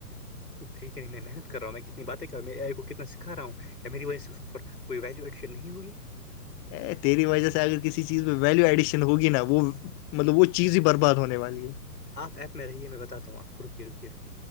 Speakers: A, on the left (about 90°); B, on the left (about 15°).
A: فری کے لی میںحنت کر رہا ہوں میں کتنی باتیں کر میں ایے کو کتنا سکھا رہا ہوں کیا میری وجہ سے اس پر کوئی ویلیو ایڈیشن نہیں ہوگی
B: ا تیری وجہ سے اگر کسی چیز پہ ویلو ایڈیشن ہوگی نا وہ مطلب وہ چیز ہی برباد ہونے والی ہے
A: آپ ایپ میں رہیے میں بتاا ہوں آپ کو رکی رکے رکے